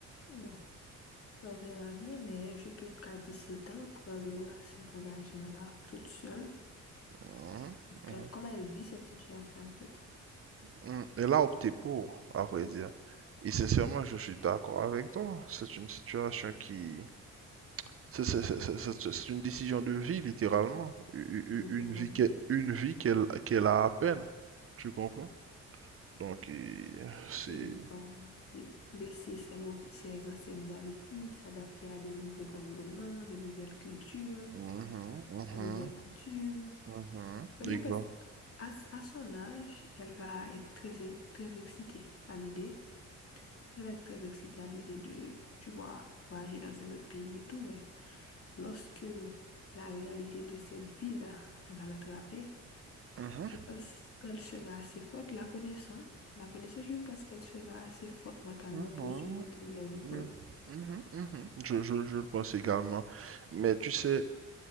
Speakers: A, on the left (about 50°); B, on the right (about 45°).
A: bon, on verra bien, mais je trouve qu'à 17 ans, prendre cet engagement-là, toute seule,
B: Mhm,
A: est-ce qu'elle,
B: mhm.
A: comment elle vit cette situation, en fait?
B: Mm, Elle a opté pour, à vrai dire. Et sincèrement, je suis d'accord avec toi. C'est une situation qui... C'est c'est- c'est- c'est- c'est- c'est une décision de vie, littéralement. U- u-
A: Littéralement,
B: Une vie qu'elle, une vie qu'elle qu'elle a à peine. Tu comprends? Donc, et c'est...
A: Et, euh, laisser ses, mauvais- ses anciennes habitudes, s'adapter à de nouveaux environnements, de nouvelles cultures.
B: Mhm, mhm,
A: de nouvelles coutumes.
B: mhm,
A: Bah, Je
B: exact.
A: pense à, à son âge, elle va être très, très excitée à l'idée. Elle va être très excitée à l'idée de, tu vois, voyager dans un autre pays et tout, mais lorsque la réalité de cette ville-là va l'attraper,
B: Mhm,
A: je pense qu'elle sera assez forte, la connaissant. La connaissant, je pense qu'elle sera assez forte mentalement
B: mhm,
A: pour surmonter les épreuves.
B: mhm, mhm, mhm. Je, je, je le pense également. Mais tu sais,